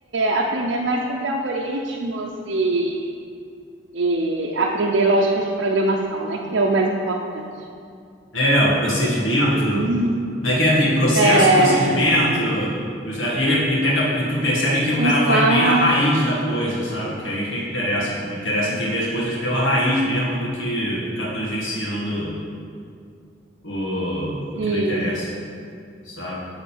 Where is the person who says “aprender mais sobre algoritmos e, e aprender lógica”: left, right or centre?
Right